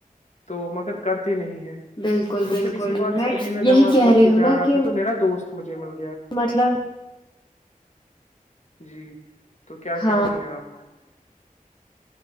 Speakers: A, on the left; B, on the left.
A: تو مگر کرتے نہیں ہے
B: بالکل
A: تو
B: بالکل
A: پھر اسی بات سے ابھی میں نماز
B: یہی کہہ
A: پڑھ
B: رہی
A: کے
B: ہوں
A: جا
B: نا
A: رہا
B: کہ
A: تھا تو میرا دوست مجے م
B: مطلب
A: جی تو کیا
B: ہاں
A: کہہ رہی ہیں آپ